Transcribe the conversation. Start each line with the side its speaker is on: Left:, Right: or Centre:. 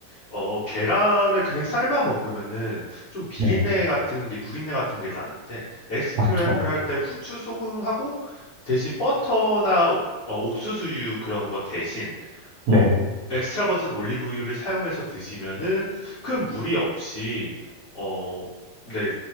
Left: 어, 계란을 그냥 삶아 먹으면은 좀 비린내
Right: 네,
Left: 같은 게, 누린내 같은 게 나는데, 에스크램블
Right: 맞죠.
Left: 할 때 후추, 소금하고 대신 버터나 어, 옥수수유 그런 거 대신
Right: 네,
Left: 어, 엑스트라 버진 올리브유를 사용해서 드시면은 큰 무리 없이 어, 네,